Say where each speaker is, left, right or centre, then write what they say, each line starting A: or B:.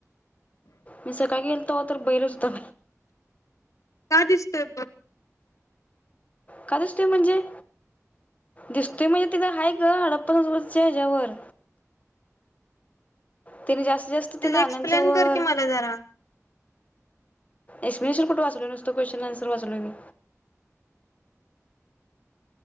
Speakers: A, on the left; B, on the left.
A: मी सकाळी गेलतो तर बैल च होता..
B: का दिसतो
A: का दिसतोय म्हणजे दिसतोय म्हणजे तिथं ह ग अडप पन्नास रुपच्या ह्याच्यावर... तिने जास्त... जास्त ते नाण्याच्या
B: एक्सप्लेन
A: वर...
B: कर की मला जरा
A: एक्सप्लेनेशन कुठं वाचलय नसत क्वेश्न्सर वाचवलय मी